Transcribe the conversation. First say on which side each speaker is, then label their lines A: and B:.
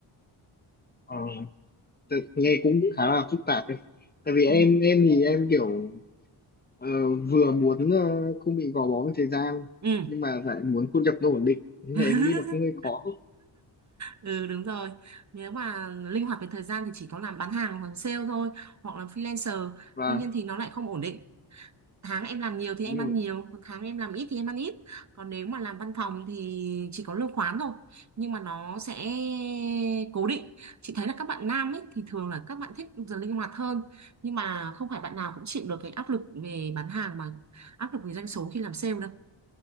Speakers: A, on the left; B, on the right.
A: ờ, tự- nghe cũng khá là phức tạp đấy tại vì em
B: ừ.
A: em thì em kiểu ờ, vừa muốn ờ, không bị gò bó với thời gian
B: ừ.
A: nhưng mà lại muốn thu nhập nó ổn định nên
B: <laughs>
A: là em nghĩ nó cũng hơi khó
B: Ừ đúng rồi Nếu mà linh hoạt về thời gian thì chỉ có làm bán hàng hoặc sale thôi Hoặc là freelancer
A: và
B: Tuy nhiên thì nó lại không ổn định Tháng em làm nhiều thì
A: đúng
B: em ăn
A: rồi
B: nhiều còn Tháng em làm ít thì em ăn ít Còn nếu mà làm văn phòng thì chỉ có lương khoán thôi Nhưng mà nó sẽ cố định Chị thấy là các bạn nam ấy Thì thường là các bạn thích giờ linh hoạt hơn Nhưng mà không phải bạn nào cũng chịu được cái áp lực về bán hàng Mà áp lực về doanh số khi làm sale đâu